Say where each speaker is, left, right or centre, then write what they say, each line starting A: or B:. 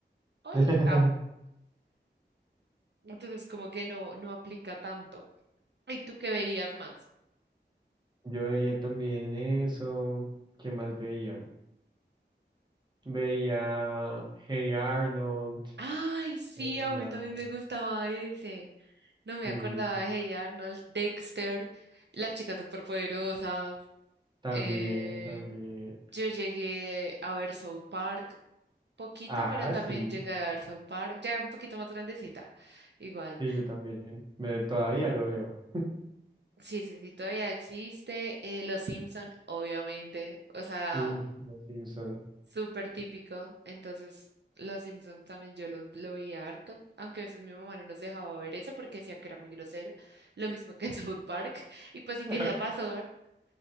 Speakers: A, on the right; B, on the right.
A: Oli,
B: <laughs>
A: Entonces, como que no, no aplica tanto. ¿Y tú qué veías más?
B: Yo veía también eso. ¿Qué más veía? Veía Hey Arnold.
A: Ay, sí,
B: Veía.
A: a mí también me gustaba ese. No me
B: Sí,
A: acordaba de Hey Arnold, Dexter, Las chicas superpoderosas.
B: también,
A: Eh,
B: también.
A: yo llegué a ver South Park poquito,
B: Ah,
A: pero también
B: sí.
A: llegué a ver South Park, ya un poquito más grandecita. Igual.
B: Sí, yo también. Me, todavía lo veo.
A: Sí, sí, sí, todavía existe. eh, Los Simpson, obviamente. O sea,
B: Uf, Los Simpson.
A: súper típico. Entonces, Los Simpsons también yo lo, lo veía harto, aunque a veces mi mamá no nos dejaba ver eso porque decía que era muy grosero, lo mismo que en South Park. <laughs> Y pues si
B: <laughs>
A: tiene razón,